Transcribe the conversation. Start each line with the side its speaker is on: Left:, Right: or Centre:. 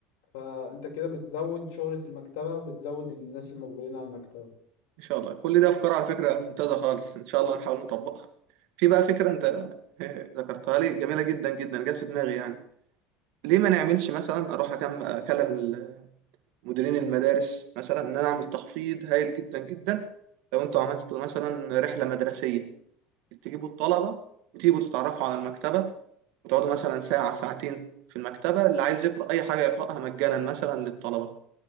Left: فأنت كده بتزود شهرة المكتبة وبتزود الناس المقبلين على المكتبة.
Right: ان شاء الله كل ده افكار على فكره ممتازه خالص ان شاء الله نحاول نطبقها في بقى فكره انت <laughs> ذكرتها لي جميله جدا جدا جت في دماغي يعني ليه ما نعملش مثلا اروح أكم- اكلم مديرين المدارس مثلا ان انا اعمل تخفيض هايل جدا جدا لو انتوا عملتوا مثلا رحله مدرسيه تجيبوا الطلبه وتيجوا تتعرفوا على المكتبه وتقعدوا مثلا ساعه ساعتين في المكتبه اللي عايز يقرا اي حاجه يقراها مجانا مثلا للطلبه